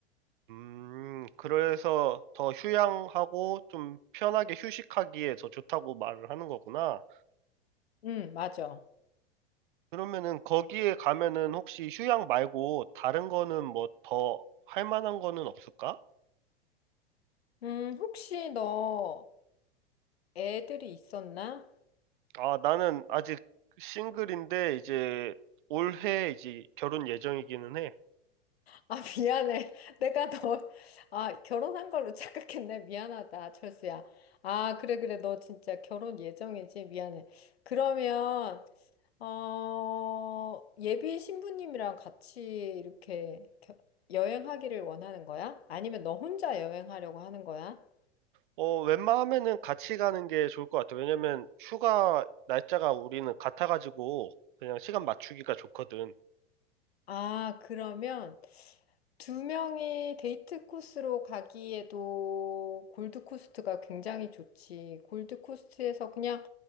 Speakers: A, on the right; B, on the left.
A: 음, 그래서 더 휴양하고 좀 편하게 휴식하기에 더 좋다고 말을 하는 거구나.
B: 응, 맞아.
A: 그러면은 거기에 가면은 혹시 휴양 말고 다른 거는 뭐 더 할 만한 거는 없을까?
B: 음, 혹시 너 애들이 있었나?
A: 아, 나는 아직 싱글인데 이제 올해 이제 결혼 예정이기는 해.
B: 아, 미안해. <laughs> 내가 너, 아, 결혼한 걸로 착각했네. 미안하다, 철수야. 아, 그래, 그래. 너 진짜 결혼 예정이지? 미안해. 그러면, 어, 예비 신부님이랑 같이 이렇게 겨- 여행하기를 원하는 거야? 아니면 너 혼자 여행하려고 하는 거야?
A: 어, 웬만하면은 같이 가는 게 좋을 것 같아. 왜냐면 휴가 날짜가 우리는 같아가지고 그냥 시간 맞추기가 좋거든.
B: 아, 그러면, 두 명이 데이트 코스로 가기에도 골드코스트가 굉장히 좋지. 골드코스트에서 그냥